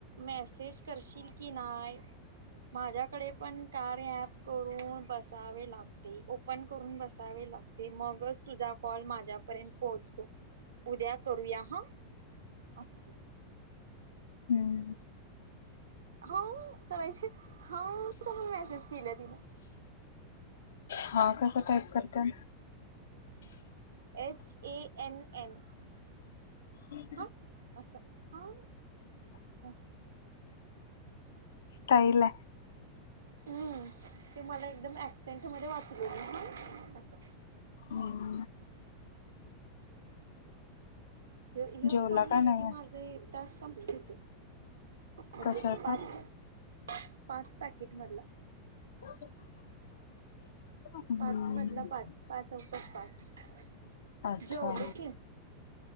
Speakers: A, on the right; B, on the left.
A: मेसेज करशील की नाय. माझ्याकडे पण कार्य ऍप करून बसावे लागते ओपन करून बसावे लागते. मगच तुझा कॉल माझ्यापर्यंत पोहोचतो, उद्या करूया हा. <unintelligible>
B: <unintelligible>
A: हो करायची हा च पण मेसेज केल्या तिन.
B: हा कस टाईप करतय.
A: H A N N.
B: हम्.
A: हा, असं. हा असं
B: सईलय.
A: हम्म, ते मला एकदम ऍकसेंट मध्ये वाचलो मी. अस.
B: हम्म.
A: <inaudible> होच
B: जेवला
A: फोन झाला
B: का नाही
A: की माझा एक टास्क कंप्लीट होतय. म्हणजे
B: कशाचा?
A: पाच, पाच पॅकेटमधल.
B: <unintelligible>
A: पाच मधला पाच पाच वाजता पाच.
B: अच्छा,
A: जेवलो की